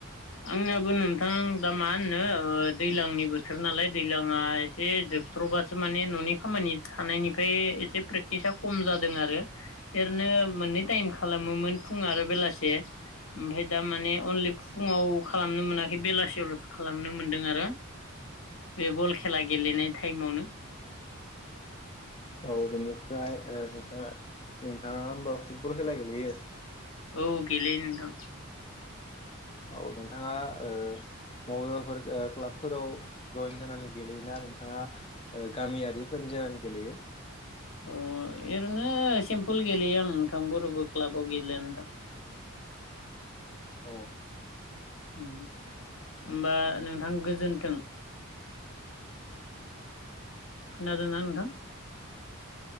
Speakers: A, on the left; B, on the left.
A: आंनयाबो नों थां दा मा होनो ओ दैज्लांनि बोथोर नालाय दैज्लङा एसे जोबथ्र'बासो माने न'नि खामानि थानायनिफ्राय एसे प्रेक्टिसा खम जादों आरो ओरैनो मोननै टाइम खालामोमोन फुं आरो बेलासे ओमफ्राय दा माने अनलि फुङाव खालामनो मोनाखै बेलासियावल'सो खालामनो मोनदों आरो बे बल खेला गेलेनाय टाइमावनो
B: औ बेनिफ्राय ओ नोंथाङा नोंथाङा होनबा फुटबल खेला गेलेयो
A: औ गेलेयो नोंथां।
B: औ नोंथाङा ओ बबेबाफोर गो क्लाबफोराव जयेन जानानै गेलेयोना नोंथाङा ओ गामियारिफोरनि जानानै गेलेयो
A: अ ओरैनो सिम्पुल गेलेयो आं नोंथां ब'रबो क्लाबाव गेलेया नोंथां
B: औ
A: <unintelligible> उम हमबा नोंथां गोजोन्थों खोनादोंना नोंथां?